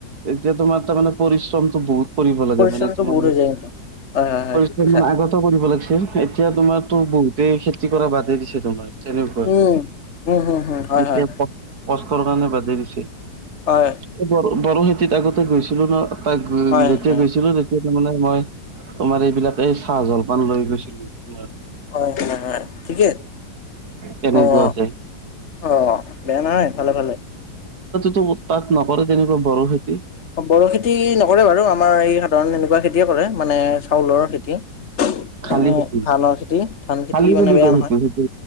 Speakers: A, on the right; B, on the left.
A: এতিয়া তোমাৰ তাৰমানানে পৰিশ্ৰমটো বহুত কৰিব লাগে
B: পৰিশ্ৰমটো
A: মানে তোমাৰ
B: বহুত হৈ যায় কিন্তু হয়, হয়, হয়,
A: পৰিশ্ৰম
B: ঠিক কৈছা।
A: মানে আগত কৰিব লাগিছিল এতিয়া তোমাৰো বহুতে খেতি কৰা বাদে দিছে তোমাৰ তেনেকুৱা
B: উম, উম, হুম, হুম, হয়,
A: লোকে
B: হয়,
A: কষ্টৰ কাৰণে বাদেই দিছে
B: হয়
A: এই বৰ বড়ো নীতি আগতে গৈছিলো ন তাক
B: হয়,
A: যেতিয়া
B: হয়।
A: গৈছিলো তোৰ মানে মই তোমাৰ এইবিলাক এই চাহ জলপান লৈ গৈছিলো তোমাৰ
B: অহ হয় হয় ঠিকে
A: তেনেকুৱাকে
B: অহ অহ বেয়া নহয় ভালে ভালে
A: তো তাত নকৰে তেনেকুৱা বড়ো খেতি
B: বড়ো খেতি নকৰে বাৰু আমাৰ এই সাধাৰণ এনেকুৱা খেতিয়ে কৰে মানে চাউলৰ খেতি <unintelligible>
A: শালি খেতি
B: ধানৰ খেতি ধান খেতি
A: শালি
B: মানে
A: বুলি
B: বেয়া
A: কয়
B: নহয়
A: সেইটো সেইটো